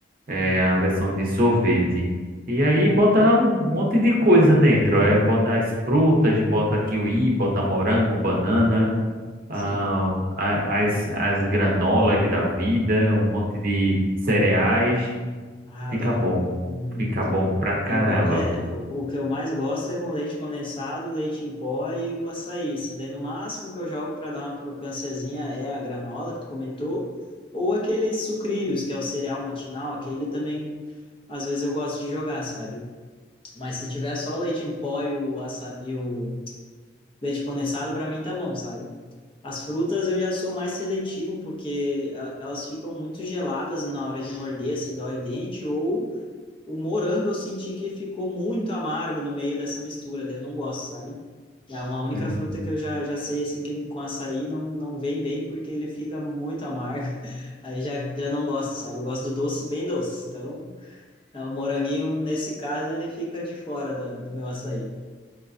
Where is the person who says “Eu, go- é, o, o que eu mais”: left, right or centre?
Left